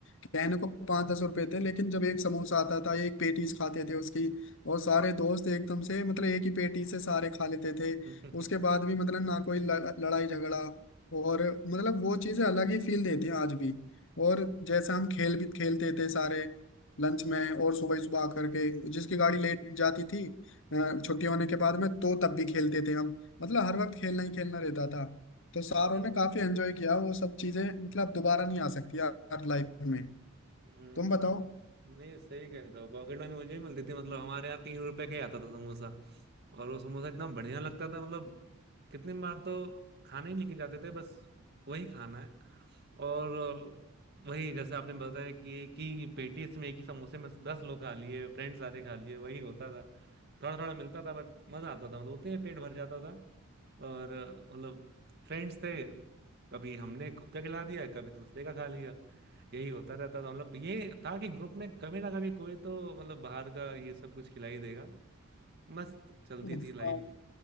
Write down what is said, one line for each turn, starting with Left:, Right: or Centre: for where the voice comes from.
Left: कहने को पांच दस रुपए थे लेकिन जब एक समोसा आता था एक पेटीज खाते थे उसकी और सारे दोस्त एकदम से मतलब एक ही पेटी से सारे खा लेते थे
Right: <laughs>
Left: उसके बाद भी मतलब ना कोई लड़- लड़ाई झगड़ा और मतलब वो चीजें अलग ही फील देती हैं आज भी और जैसा हम खेल भी खेलते थे सारे लंच में और सुबह सुबह आकर के जिसकी गाड़ी लेट जाती थी अ, छुट्टी होने के बाद में तो तब भी खेलते थे हम मतलब हर वक्त खेलना ही खेलना रहता था तो सारों
Right: हम्म
Left: ने काफी एंजॉय किया वो सब चीजें मतलब दोबारा नहीं आ सकती यार लाइफ में
Right: हम्म,
Left: तुम बताओ
Right: नहीं सही कह रहे हो पॉकेट मनी मुझे भी मिलती थी मतलब हमारे यहाँ तीन रुपए का ही आता था समोसा और वो समोसा इतना बढ़िया लगता था मतलब कितनी बार तो खाने ही लेके जाते थे बस वही खाना है और वही जैसे आपने बताया कि एक ही पेटी इसमें एक ही समोसे में दस लोग खा लिए फ्रेंड्स सारे खा लिए वही होता था थोड़ा थोड़ा मिलता था बट मजा आता था मतलब उतने में पेट भर जाता था और मतलब फ्रेंड्स थे कभी हमने खुद का खिला दिया कभी दूसरे का खा लिया यही होता रहता था मतलब ये था कि ग्रुप में कभी ना कभी कोई तो मतलब बाहर का ये सब कुछ खिलाई देगा मस्त चलती
Left: <laughs> हाँ
Right: थी लाइफ